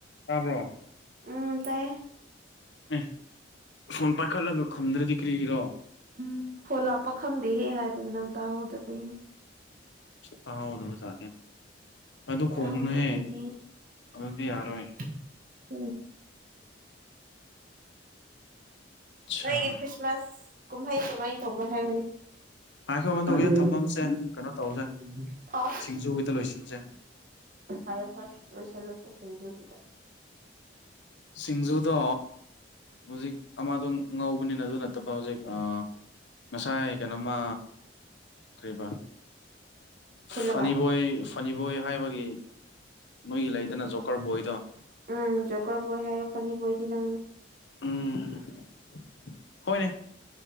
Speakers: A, on the left (about 70°); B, on the right (about 45°).
A: ꯇꯥꯕ꯭ꯔꯣ
B: ꯎꯝ ꯇꯥꯏꯌꯦ
A: ꯑꯦ ꯐꯣꯟ ꯄꯥꯏꯈꯠꯂꯒ ꯈꯨꯝꯗ꯭ꯔꯗꯤ ꯀ꯭ꯔꯤꯒꯤꯔꯣ
B: ꯎꯝ ꯐꯣꯟ ꯂꯥꯛꯄ ꯈꯪꯗꯦꯍꯦ ꯍꯥꯏꯕꯗꯣ ꯅꯪ ꯇꯥꯍꯧꯗꯕꯩꯅꯦ
A: ꯇꯥꯍꯧꯗꯕ ꯖꯥꯠꯅꯤ ꯑꯗꯨ ꯈꯣꯡꯒꯅꯣꯍꯦ
B: ꯇꯥꯍꯧꯗꯕꯅꯤ
A: ꯑꯗꯨꯗꯤ ꯌꯥꯔꯣꯏ
B: <unintelligible>
A: ꯑꯠꯁꯥ
B: ꯅꯣꯏꯒꯤ ꯈ꯭ꯔꯤꯁ ꯃꯥꯁ ꯀꯨꯝꯍꯩ ꯀꯃꯥꯏꯅ ꯇꯧꯕ꯭ꯔꯥ ꯍꯥꯏꯕꯅꯦ
A: ꯉꯥꯏꯈꯣ ꯑꯗꯨꯒꯤꯗꯣ
B: <unintelligible>
A: ꯊꯝꯐꯝꯁꯦ ꯀꯩꯅꯣ ꯇꯧꯁꯦ <unintelligible> ꯂꯣꯏꯁꯤꯟꯁꯦ
B: ꯐꯔꯦ ꯐꯔꯦ ꯂꯣꯏꯁꯜꯂꯁꯦ ꯁꯦꯡꯖꯨꯒꯤꯗ
A: ꯁꯤꯡꯖꯨꯗꯣ ꯍꯧꯖꯤꯛ ꯑꯃꯗꯣ ꯉꯧꯕꯅꯤꯅ ꯑꯗꯨ ꯅꯠꯇꯕ ꯍꯧꯖꯤꯛ ꯉꯁꯥꯏ ꯀꯩꯅꯣꯃ ꯀꯔꯤꯕ
B: ꯐꯨꯜꯂꯒ
A: ꯐꯟꯅꯤ ꯕꯣꯏ ꯐꯟꯅꯤꯕꯣꯏ ꯍꯥꯏꯕꯒꯤ ꯃꯣꯏꯒꯤ ꯂꯩꯗꯅ ꯖꯣꯀꯔ ꯕꯣꯏꯗꯣ
B: ꯎꯝ ꯖꯣꯀꯔ ꯕꯣꯏ ꯍꯥꯏꯌꯣ ꯐꯟꯅꯤ ꯕꯣꯏꯗꯤ ꯅꯪꯅꯤ
A: ꯎꯝ ꯍꯣꯏꯅꯦ